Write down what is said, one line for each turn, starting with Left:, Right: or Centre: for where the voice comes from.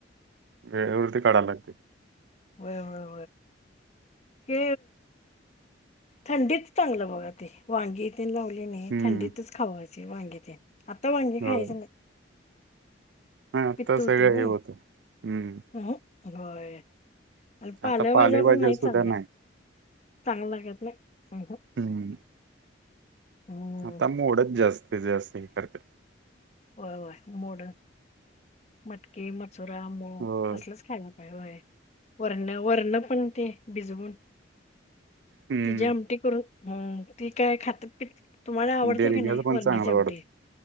Right: वेळेवरती काढायला लागते.
Left: होय हो हे थंडीत चांगलं बघा ते वांगी इथ लावली नाही,
Right: हम्म,
Left: थंडीतच खावायची वांगे ते आता वांगी
Right: होय.
Left: खायची नाहीत.
Right: हां, आता
Left: पित्त
Right: सगळं
Left: होती गय
Right: हे होतंय. हम्म,
Left: हम होय <unintelligible> पालेभाज्या
Right: आता
Left: पण नाही
Right: सुद्धा
Left: चांगल्या,
Right: नाही.
Left: चांगल्या लागत नाही हू हू.
Right: हम्म.
Left: हम्म
Right: आता मोडच जास्तीत जास्त हे करते.
Left: होय होय मोड मटकी, मसुरा, मुग
Right: हो
Left: असलच खायला पाहिजे व्हय. वरण वरण पण ते भिजवून
Right: हम्म
Left: त्याची आमटी करून ह्म्म ती काय खातत पितत, तुम्हाला आवडते
Right: देडग्याच
Left: की नाही
Right: पण
Left: वरण्याची
Right: चांगलं
Left: आमटी
Right: वाटत